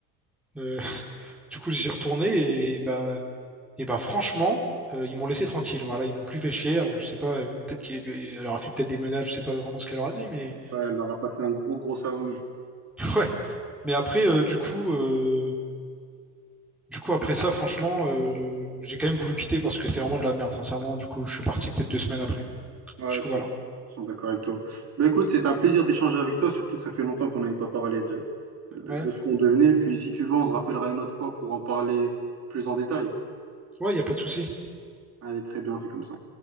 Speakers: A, in the centre; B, on the right (about 40°).
A: Euh, <laughs> du coup, j'y suis retourné et bah, Et bah franchement, euh, ils m'ont laissé tranquille. Voilà, ils m'ont plus fait chier. Alors je sais pas, euh, peut-être qu'elle leur a fait peut-être des menaces, je sais pas vraiment ce qu'elle leur a dit, mais
B: Ouais, elle aura passé un gros, gros savon.
A: <laughs> ouais. Mais après, euh, du coup, euh, du coup après ça, franchement, euh, j'ai quand même voulu quitter parce que c'était vraiment de la merde, sincèrement. Du coup, je suis parti peut-être deux semaines après.
B: Ouais,
A: Du coup,
B: c'est-
A: voilà.
B: je suis 100% d'accord avec toi. Bah écoute, c'est un plaisir d'échanger avec toi, surtout que ça fait longtemps qu'on n'avait pas parlé de, de,
A: Ouais,
B: de ce qu'on devenait. Puis si tu veux, on se rappellera une autre fois pour en parler plus en détail.
A: ouais, y a pas de souci.
B: Allez, très bien, on fait comme ça.